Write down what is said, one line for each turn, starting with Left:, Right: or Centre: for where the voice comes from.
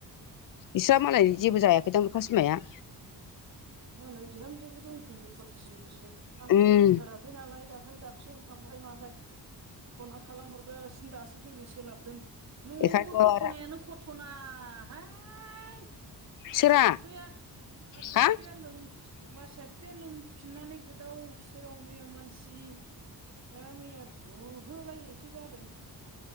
Left: बिसहा मालाय जेबो जायाखै दांखा सिमाया
Right: मालाय बिहामजोबो दंफैयो फुरथिसो आं
Left: उम
Right: फैथारा थै नालाय दाखालि दाबसेयावबो थांबाय माबाय फ'ना खालामहरगोन सिन दासो फैनो सोलाबदों न'आवबो
Left: बेखायनोथ'
Right: घथ'नायानो घथ'नााहाय बोरसा
Left: सोरा
Right: बिफैया बोरसा
Left: हा
Right: बि बारसा बिसाया लोंफिननानै गोदाव सोराव मैया मानसि मा मैया बुहोलायनायसो जादों।